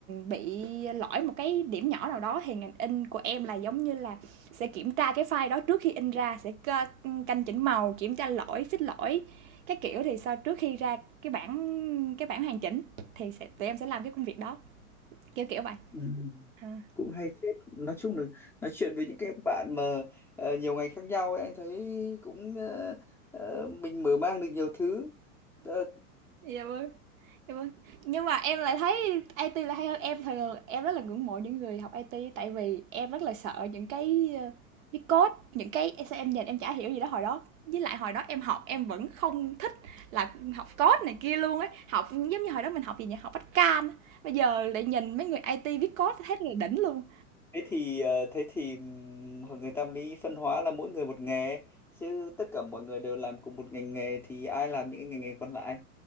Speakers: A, on the right (about 60°); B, in the centre.
A: bị lỗi một cái điểm nhỏ nào đó thì ngành in của em là giống như là sẽ kiểm tra cái file đó trước khi in ra sẽ canh chỉnh màu kiểm tra lỗi fix lỗi các kiểu thì sau trước khi ra cái bản cái bản hoàn chỉnh thì sẽ tụi em sẽ làm cái công việc đó kiểu kiểu vậy
B: ừ.
A: à.
B: cũng hay phết nói chung là nói chuyện với những cái bạn mà ờ, nhiều ngành khác nhau ấy, anh thấy cũng ờ, ờ, mình mở mang được nhiều thứ Ờ,
A: dạ vâng Dạ vâng. nhưng mà em lại thấy IT là hay hơn em thường em rất là ngưỡng mộ những người học IT tại vì em rất là sợ những cái ờ, viết code những cái em em nhìn em chả hiểu gì đó hồi đó với lại hồi đó em học em vẫn không thích là học code này kia luôn ấy học giống như hồi đó mình học gì nhỉ học bách can bây giờ lại nhìn mấy người IT viết code thấy rất là đỉnh luôn
B: thế thì ờ, thế thì ừm, người ta mới phân hóa là mỗi người một nghề chứ tất cả mọi người đều làm cùng một ngành nghề thì ai làm những cái ngành nghề còn lại